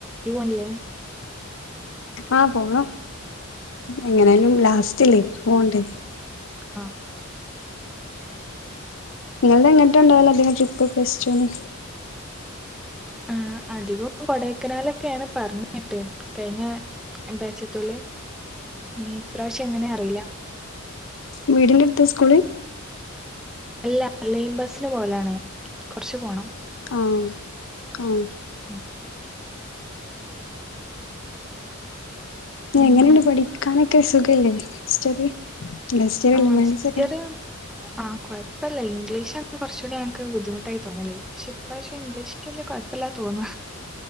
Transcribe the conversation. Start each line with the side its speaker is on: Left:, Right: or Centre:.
Centre: ഇജ്ജ് പോണില്ലേ?
Left: ആഹ് പോണം. എങ്ങനാലും
Centre: ആഹ്
Left: ലാസ്റ്റല്ലേ പോണ്ടേ
Centre: ആഹ്
Left: നിങ്ങള്ടെ എങ്ങട്ടാ ഉണ്ടാവല്. ട്രിപ്പ്ക്കെ പ്ലസ്ടുവിന്?
Centre: ആ അധികവും കൊടൈക്കനാലൊക്കെയാണ് പറഞ്ഞ് കേട്ടത്. കഴിഞ്ഞ ബാച്ചിത്തോല്. ഇനി ഇപ്രാവശ്യം എങ്ങനെയാ അറിയില്ല.
Left: വീടിൻ്റടുത്താ സ്കൂള്?
Centre: അല്ല. ലൈൻ ബസ്സിന് പോവലാണ്. കുറച്ച് പോണം.
Left: ആഹ്, ആഹ്
Centre: ഉം പിന്നെ
Left: എങ്ങനെയുണ്ട് പഠിക്കാനൊക്കെ സുഖല്ലേ, ഹിസ്റ്ററി? അല്ല ഹിസ്റ്ററി
Centre: ആഹ്
Left: അല്ല ഹ്യൂമാനിറ്റീസ്
Centre: ഹിസ്റ്ററി
Left: ഒക്കെ
Centre: ആഹ് കൊഴപ്പല്ല ഇംഗ്ലീഷ് ആണ് കുറച്ചൂടെ ഞങ്ങക്ക് ബുദ്ധിമുട്ടായി തോന്നൽ. പക്ഷെ ഇപ്രാവശ്യം ഇംഗ്ലീഷ് വലിയ കെഴപ്പല്ല തോന്ന